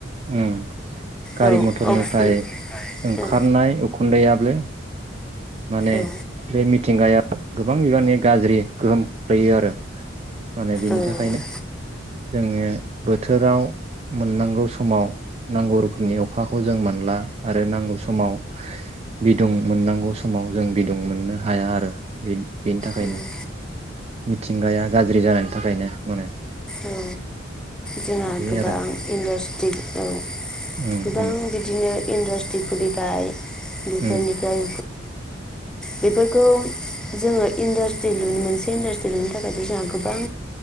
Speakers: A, on the right; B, in the centre.
A: उम गारि
B: औ
A: मथरनिफ्राय
B: अक्सि
A: ओंखारनाय
B: औ
A: उखुन्दैयाबो माने
B: औ
A: बे मिथिंगाया गोबां बिबाननि गाज्रि गोहोम खोख्लैयो आरो। माने बिनि
B: उम उम
A: थाखायनो जोङो बोथोराव मोननांगौ समाव नांगौ रोखोमनि अखाखौ जों मोनला आरो नांगौ स माव बिदुं मोननांगौ स माव जों बिदुं मोननो हाया आरो। बेनि थाखायनो
B: उम उम
A: मिथिंगाया गाज्रि जानाङो। थाखायनो माने।
B: औ जोंहा
A: बे
B: गोबां
A: आरो
B: इन्डास्ट्रिबो दं औ
A: उम
B: गोबां
A: उम
B: बिदिनो इन्डासट्रि खुलिबाय बिफोरनिफ्राय
A: उम
B: बेफोरखौ जोङो इन्डास्ट्रि लुनो मोनसे इन्डासट्रि लुनो थाखायथ' जोंहा गोबां